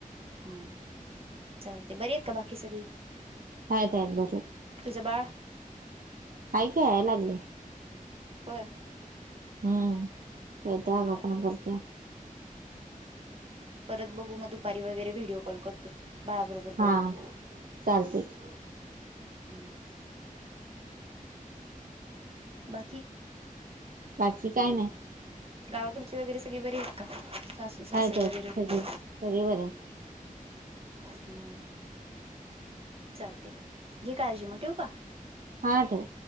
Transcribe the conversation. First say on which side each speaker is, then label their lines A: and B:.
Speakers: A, on the right (about 40°); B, on the right (about 70°).
A: हम्म चाल ते बर आहेत का बाकी सगळी?
B: आहेत आहेत बरे.
A: तुझं बाळ
B: ऐकय याय लागले?
A: होय.
B: हम्म करतो अगावपणा
A: बर
B: करतो
A: परत बघू मग दुपारी वगैरे व्हिडिओ कॉल करतो बाळाबरोबर
B: हा
A: बोलायला
B: चालते की
A: हम्म बाकी?
B: बाकी काय नाही.
A: गावाकडची वगैरे सगळी बरी आहेत का? सासू सासर
B: आहेत आहेत
A: वगैरे
B: सगळे
A: ब?
B: सगळे बरे आहेत
A: हम्म चालते घे का काळजी मग ठेव का?
B: हा ठेव.